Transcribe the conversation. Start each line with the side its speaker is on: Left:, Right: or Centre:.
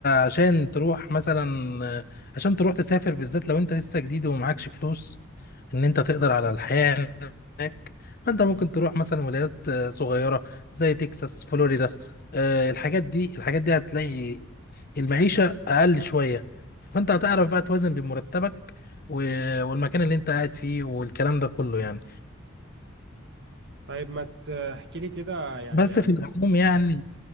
Left: عشان تروح مثلا عشان تروح تسافر بالذات لو أنت لسه جديد ومعكش فلوس إن أنت تقدر على الحياة هناك فأنت ممكن
Right: مم.
Left: تروح مثلا ولايات صغيرة زي تكساس فلوريدا آه، الحاجات دي الحاجات دي هتلاقي المعيشة أقل شوية فانت هتعرف بقى توازن بين مرتبك و- والمكان اللي انت قاعد فيه والكلام ده كله يعني
Right: طيب ما تحكي لي كده يعني
Left: بس
Right: عن
Left: في العموم يعني